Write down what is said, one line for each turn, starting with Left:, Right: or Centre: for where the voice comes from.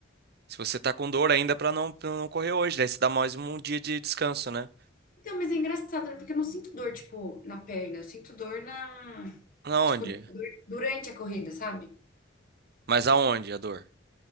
Right: Se você tá com dor ainda pra não, pra não correr hoje. Daí você dá mais um dia de descanso, né?
Left: Então, mas é engraçado, né? Porque eu não sinto dor, tipo, na perna. Eu sinto dor na.
Right: Aonde?
Left: Tipo, dor durante a corrida, sabe?
Right: Mas aonde a dor?